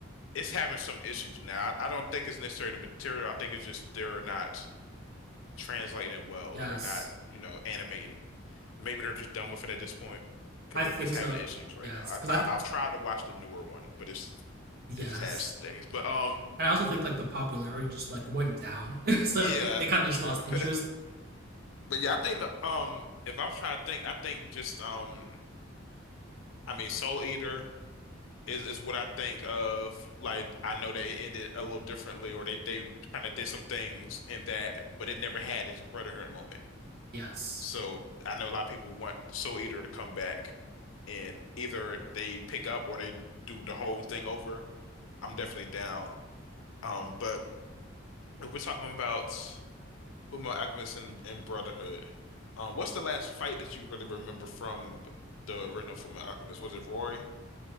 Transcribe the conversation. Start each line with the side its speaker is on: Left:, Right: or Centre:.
Left: it's having some issues now. I, I don't think it's necessarily the material. I think it's just they're not translating it well
Right: Yes,
Left: or they're not, you know, animating. Maybe they're just done with it at this point because
Right: I think
Left: it's having
Right: so.
Left: issues right
Right: Yes,
Left: now. I,
Right: because
Left: I
Right: I th-
Left: I've tried to watch the newer one, but it's
Right: yes,
Left: it just has things. But um,
Right: and I also think like the popularity just like went down, <laughs> so
Left: yeah,
Right: they kind of just
Left: true.
Right: lost interest.
Left: <laughs> But yeah, I think the um, if I'm trying to think, I think just um, I mean, Soul Eater is is what I think of. Like I know that it ended a little differently, or they they kind of did some things in that, but it never had its Brotherhood moment.
Right: Yes.
Left: So I know a lot of people want Soul Eater to come back and either they pick up or they do the whole thing over. I'm definitely down. Um, but if we're talking about Fullmetal Alchemist and, and Brotherhood, um, what's the last fight that you really remember from the original Fullmetal Alchemist? Was it Roy?